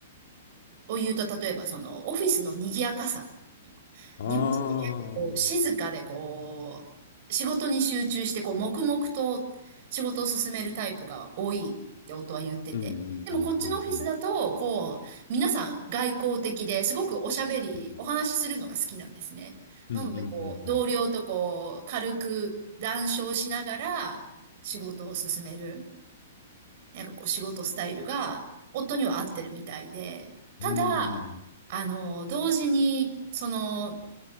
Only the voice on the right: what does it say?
を言うと、例えばそのオフィスの賑やかさ。
日本人って結構こう静かでこう、
仕事に集中してこう黙々と仕事を進めるタイプが多いって夫は言ってて。
でもこっちのオフィスだと、こう、皆さん外交的ですごくおしゃべり、
お話しするのが好きなんですね。
なのでこう、同僚とこう、軽く談笑しながら仕事を進める。なんかこう仕事スタイルが夫には合ってるみたいで、ただ、
あの、同時に、その、